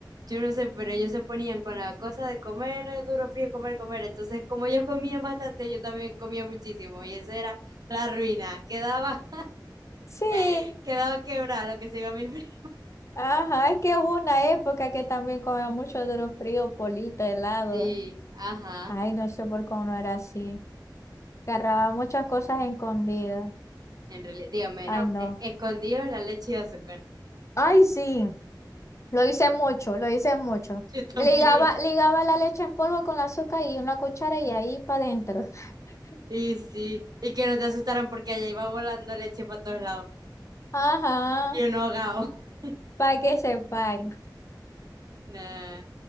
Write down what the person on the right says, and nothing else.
Yo no sé, pero ellos se ponían con la cosa de comer eh, duro, frío, comer, comer. Entonces, como ellos comían bastante, yo también comía muchísimo. Y eso era la ruina. Quedaba,
<laughs> quedaba quebrada lo que se iba a mi fri-
<laughs> Sí, ajá.
sí.
En realidad, dígame,
no.
e- Escondido en la leche y azúcar. <laughs>
Yo también.
Y sí. Y que no te asustaran porque allá iba volando leche para todos lados.
Y uno ahogado. <laughs>
Nah.